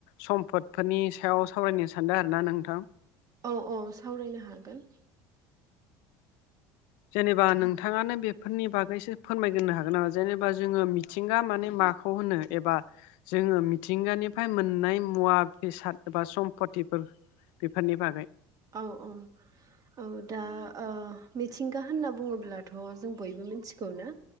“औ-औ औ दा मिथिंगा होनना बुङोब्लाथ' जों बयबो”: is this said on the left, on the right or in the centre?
Right